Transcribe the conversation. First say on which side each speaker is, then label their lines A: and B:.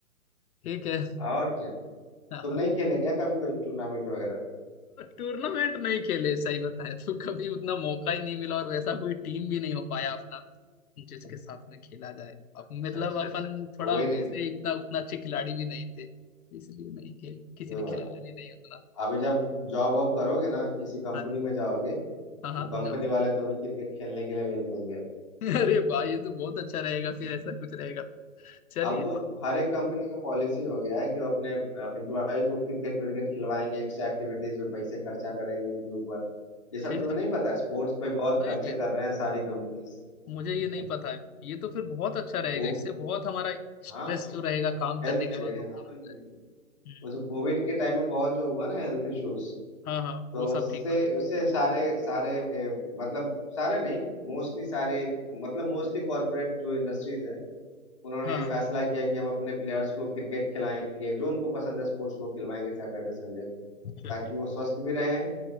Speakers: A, on the left; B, on the left.
A: ठीक है
B: और क्या
A: हाँ,
B: तुम नहीं खेले क्या कभी कोई टूर्नामेंट वगैरह
A: टूर्नामेंट नहीं खेले सही बताएं तो कभी उतना मौका ही नहीं मिला और वैसा कोई टीम भी नहीं हो पाया अपना जिसके साथ में खेला जाए अब
B: अच्छा
A: मतलब
B: अच्छा अच्छा
A: अपन थोड़ा
B: वो ही
A: वैसे
B: नहीं है
A: इतना उतना अच्छे खिलाड़ी भी नहीं थे इसलिए नहीं खेल किसी
B: कोई
A: ने
B: बात
A: खिलाया
B: नहीं
A: भी नहीं उतना
B: अभी जब जॉब वॉब करोगे ना किसी कंपनी
A: हाँ जी
B: में जाओगे
A: हाँ हाँ
B: तो कंपनी
A: जो
B: वाले तुम्हें क्रिकेट खेलने के लिए भेज देंगे
A: <laughs> अरे भाई ये तो बहुत अच्छा रहेगा फिर ऐसा कुछ रहेगा तो। चलिए
B: अब वो हर एक कंपनी का पॉलिसी हो गया है कि वो अपने एम्प्लॉय को क्रिकेट विकेट खिलवाएंगे एक्स्ट्रा एक्टिविटीज में पैसे खर्चा करेंगे उनके ऊपर ये सब
A: फिर
B: तुम्हें
A: तो
B: नहीं पता है स्पोर्ट्स पे बहुत
A: नहीं
B: खर्चे
A: भैया
B: कर रहे हैं सारी कंपनीज
A: मुझे ये नहीं पता है ये तो फिर बहुत अच्छा
B: को
A: रहेगा इससे बहुत हमारा स्ट्रेस
B: हाँ
A: जो रहेगा काम करने
B: हेल्थ
A: के
B: के
A: बाद
B: है
A: वो
B: हाँ
A: कम हो
B: बिल्कुल
A: जाएगा हम्म,
B: वो जो कोविड के टाइम में बहुत जो हुआ ना हेल्थ इश्यूज
A: हाँ हाँ
B: तो
A: वो सब
B: उससे
A: ठीक हो जाएगा
B: उससे सारे सारे ए, मतलब सारे नहीं मोस्टली सारे मतलब मोस्टली कॉरपोरेट जो इंडस्ट्रीज है उन्होंने
A: हाँ
B: ये
A: हाँ,
B: फैसला किया कि हम अपने प्लेयर्स को क्रिकेट खिलाएंगे जो उनको पसंद है स्पोर्ट्स वो खिलवाएंगे सैटरडे संडे को
A: चलिए
B: ताकि वो स्वस्थ भी रहें